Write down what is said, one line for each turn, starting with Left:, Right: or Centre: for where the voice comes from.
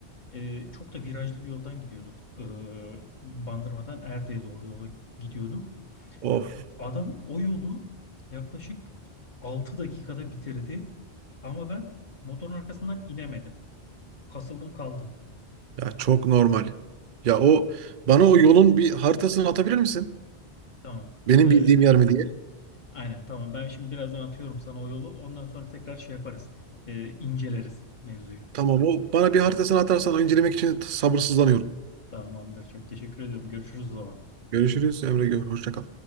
Left: E, çok da virajlı bir yoldan gidiyorduk. E, Bandırma'dan Erde'ye doğru yola gidiyorduk.
Right: Of.
Left: Adam o yolu yaklaşık 6 dakikada bitirdi ama ben motorun arkasından inemedim. Kasıldım kaldım.
Right: Ya çok normal. Ya o bana o yolun bir haritasını atabilir misin?
Left: Tamam.
Right: Benim
Left: E,
Right: bildiğim yer mi diye.
Left: aynen tamam. Ben şimdi birazdan atıyorum sana o yolu. Ondan sonra tekrar şey yaparız. E, inceleriz mevzuyu.
Right: Tamam o bana bir haritasını atarsan incelemek için sabırsızlanıyorum.
Left: Tamamdır. Çok teşekkür ediyorum. Görüşürüz o zaman.
Right: Görüşürüz Emre. gö- Hoşça kal.